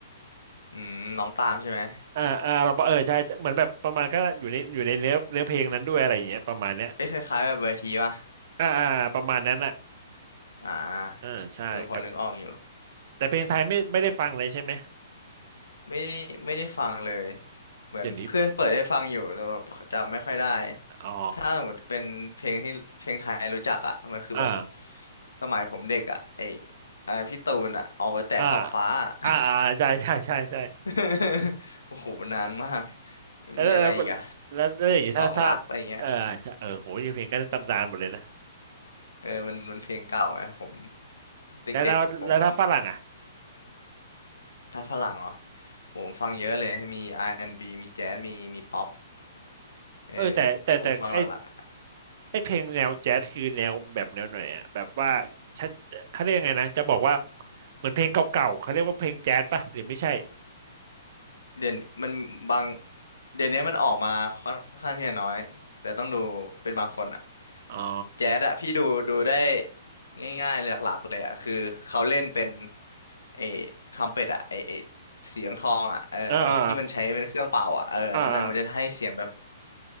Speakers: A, on the left; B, on the right.
A: อืมน้องตามใช่ไหม
B: อ่าอ่าเราเออใช่ใช่เหมือนแบบประมาณก็อยู่ในอยู่ในเนื้อเนื้อเพลงนั้นด้วยอะไรอย่างเงี้ยประมาณเนี้ย
A: เอ้ยคล้ายๆแบบเวทีป่ะ
B: อ่าอ่าประมาณนั้นอ่ะ
A: อ่าเออพอนึกออกอยู่
B: อ่าใช่กับแต่เพลงไทยไม่ไม่ได้ฟังเลยใช่ไหม
A: ไม่ได้ไม่ได้ฟังเลยเหมือนเพื่อนเปิดให้ฟังอยู่แต่แบบจำไม่ค่อยได้
B: เดี๋ยวนี้อ๋อ
A: ถ้าสมมติเป็นเพลงที่เพลงไทยรู้จักอ่ะมันคือแบบ
B: อ่า
A: สมัยผมเด็กอ่ะไออะไรพี่ตูนอ่ะออกไปแต่ขอบฟ้าอะ
B: อ่าอ่าอ่าใช่ใช่ใช่ใช่
A: <laughs> โอ้โหนานมาก
B: เออแล้วแล้ว
A: มีอะไรอีกอ่ะ
B: แล้วแล้วอย่างนี้ถ้าถ้า
A: สองรักอะไรเงี้ย
B: เออเออโหยงเพลงก็ตำนานหมดเลยนะ
A: เออมันมันเพลงเก่าไงผมเด็กๆผม
B: แล้วแล้วแล้วถ้าฝรั่งอ่ะ
A: ถ้าฝรั่งเหรอผมฟังเยอะเลยมีอาร์แอนด์บ b มีแจ๊สมีมีป๊อปเออที่ผมฟังหลักๆอะ
B: เออแต่แต่แต่ไอไอเพลงแนวแจ๊สคือแนวแบบแนวไหนอ่ะแบบว่าชัดเขาเรียกไงนะจะบอกว่าเหมือนเพลงเก่าๆเขาเรียกว่าเพลงแจ๊สป่ะหรือไม่ใช่
A: เดี๋ยวนี้มันบางเดี๋ยวนี้มันออกมาค่อนข้างที่จะน้อยแต่ต้องดูเป็นบางคนอะ
B: อ๋อ
A: แจ๊ดอะพี่ดูดูได้ง่ายๆหลักๆเลยอะคือเขาเล่นเป็นไอ้ทรัมเป็ตอะไอ้ไอ้เสียงทองอะเออที่มันใช้เป็นเครื่องเป่าอะเอออันนั้นอะมันจะให้เสียงแบบ
B: อ่าอ่าอ่าอา